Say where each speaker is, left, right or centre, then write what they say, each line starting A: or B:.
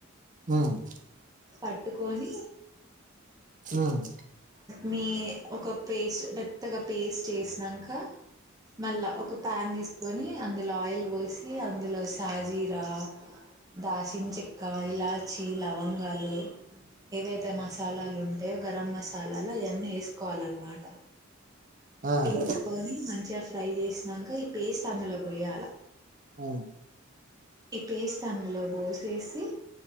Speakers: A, on the right (about 40°); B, on the right (about 15°).
A: హ్మ్
B: పట్టుకొని
A: హ్మ్
B: మీ ఒక పేస్ట్ మెత్తగా పేస్ట్ చేసినంక మళ్ళా ఒక ప్యాన్ తీస్ కొని అందులో ఆయిల్ పోసి అందులో సాజీరా దాసిన చెక్క ఇలాచి లవంగాలు లు ఏవైతే మసాలాలు ఉంటాయో గరం మసాలాలు అయన్నీ వేసుకోవాలన్నమాట
A: ఆ ఆ
B: ఏస్కోని మంచిగ ఫ్రై చేసినంక ఈ పేస్ట్ అందులో పొయ్యాల
A: మ్మ్
B: ఈ పేస్ట్ అందులో పోసేసి